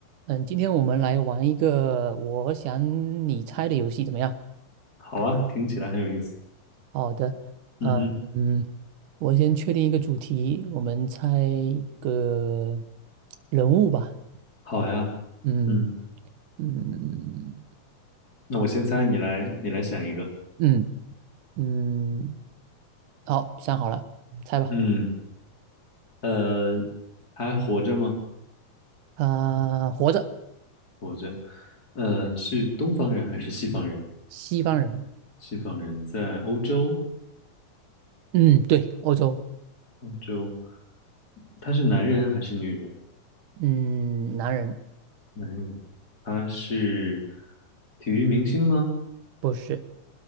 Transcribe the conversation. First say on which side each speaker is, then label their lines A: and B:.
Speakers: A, on the right (about 80°); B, on the left (about 30°).
A: 嗯，今天我们来玩一个我想你猜的游戏，怎么样？
B: 好啊，听起来很有意思。
A: 好的，呃嗯，
B: 嗯哼，
A: 我先确定一个主题，我们猜一个人物吧。
B: 好呀。
A: 嗯
B: 嗯，
A: 嗯
B: 那我先猜，你来，你来想一个。
A: 嗯嗯，好，想好了，猜吧。
B: 嗯，呃，还活着吗？
A: 啊、活着，
B: 活着。呃，是东方人还是西方人？
A: 西方人。
B: 西方人在欧洲，
A: 嗯，对，欧洲。
B: 欧洲，他是男人还是女人？
A: 嗯，男人，
B: 男人。他是体育明星吗？
A: 不是。